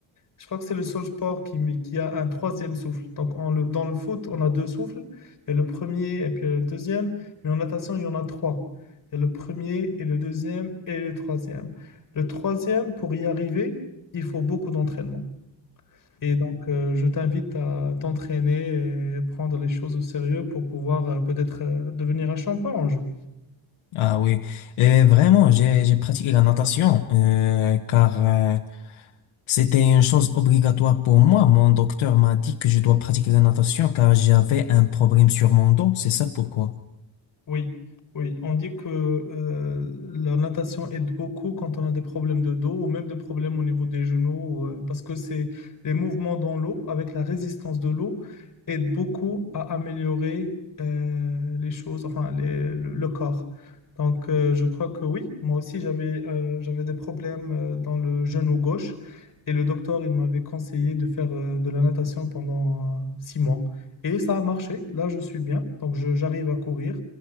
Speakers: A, on the left (about 40°); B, on the left (about 80°).
A: Je crois que c'est le seul sport qui, qui a un troisième souffle. Donc en le- dans le foot, on a deux souffles. Il y a le premier et puis il y a le deuxième. Mais en natation, il y en a trois. Il y a le premier et le deuxième et le troisième. Le troisième, pour y arriver, il faut beaucoup d'entraînement. Et donc, euh, je t'invite à t'entraîner et prendre les choses au sérieux pour pouvoir euh, peut-être euh, devenir un champion un jour.
B: Ah oui, et vraiment, j'ai j'ai pratiqué la natation euh, car euh, c'était une chose obligatoire pour moi. Mon docteur m'a dit que je dois pratiquer la natation car j'avais un problème sur mon dos, c'est ça pourquoi.
A: Oui, oui, on dit que euh, la natation aide beaucoup quand on a des problèmes de dos ou même des problèmes au niveau des genoux, euh, parce que c'est les mouvements dans l'eau avec la résistance de l'eau aident beaucoup à améliorer euh, les choses, enfin les- le, le corps. Donc euh, je crois que oui, moi aussi j'avais euh, j'avais des problèmes euh, dans le genou gauche et le docteur il m'avait conseillé de faire euh, de la natation pendant euh, six mois. Et ça a marché, là je suis bien, donc je- j'arrive à courir.